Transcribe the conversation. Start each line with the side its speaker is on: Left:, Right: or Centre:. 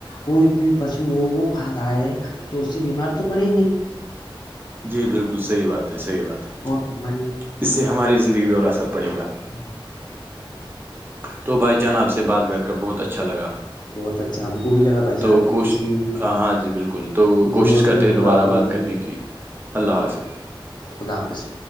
Left: کوئی بھی پشو ہو وہ کھا رہا ہے تو اس سے بیمار تو پڑیں گے
Right: جی بلکل صحیح بات ہے صحیح بات ہے
Left: اور س میں <inaudible>
Right: اس سے ہماری زندگی پہ اور اثر پڑے گا
Left: ہوں <inaudible>
Right: تو بھائی جان آپ سے بات کر کر بہت اچھا لگا
Left: بہت اچھا ہم کو بھی لگا بھائی
Right: تو
Left: جان
Right: کوش
Left: کسی
Right: ہاں ہاں جی بلکل تو
Left: کسی
Right: کوشش
Left: اور
Right: کرتے
Left: دن
Right: ہیں
Left: بھی
Right: دوبارہ
Left: ہو
Right: بات
Left: جائے
Right: کرنے
Left: گی
Right: کی کی اللہ حافظ
Left: خدا حافظ